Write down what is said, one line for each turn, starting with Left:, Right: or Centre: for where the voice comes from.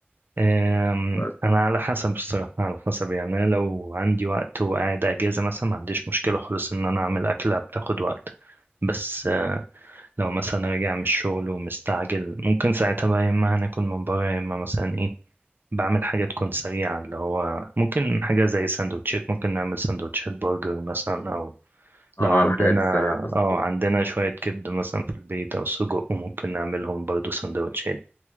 Right: أم،
Left: بس
Right: انا على حسب الصراحه على حسب يعني أنا لو عندي وقت وقاعد اجازه مثلا ما عنديش مشكله خالص ان انا اعمل اكله بتاخد وقت بس أه، لو مثلا راجع من الشغل ومستعجل ممكن ساعتها بقى يا اما هناكل من بره يا اما مثلا ايه بعمل حاجه تكون سريعه اللي هو ممكن حاجه زي سندوتشات ممكن نعمل سندوتشات برجر مثلا او
Left: اه
Right: لو عندنا
Left: الحاجات السريعة بس
Right: اه عندنا شويه كبده مثلا في البيت او سجق وممكن نعملهم برضو سندوتشات